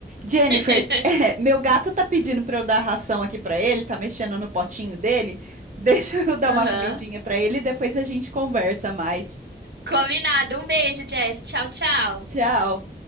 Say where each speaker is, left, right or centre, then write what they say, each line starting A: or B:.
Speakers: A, on the right; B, on the right.
A: Jennifer,
B: <laughs>
A: <laughs> eh, meu gato tá pedindo pra eu dar ração aqui pra ele, tá mexendo no potinho dele. Deixa eu <laughs> dar
B: Aham.
A: uma comidinha pra ele e depois a gente conversa mais.
B: Combinado. Um beijo, Jess. Tchau, tchau.
A: Tchau.